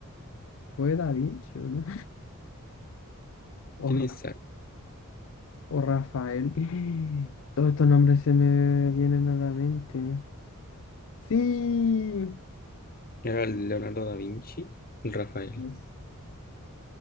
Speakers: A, on the left; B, on the left.
A: Fue Da Vinci, ¿o ¿no? <laughs>
B: ¿Quién
A: O, Ra-
B: es Zac?
A: o Rafael. <gasps> Todos estos nombres se me vienen a la mente. Sí.
B: Era el Leonardo da Vinci, el Rafael.
A: Es-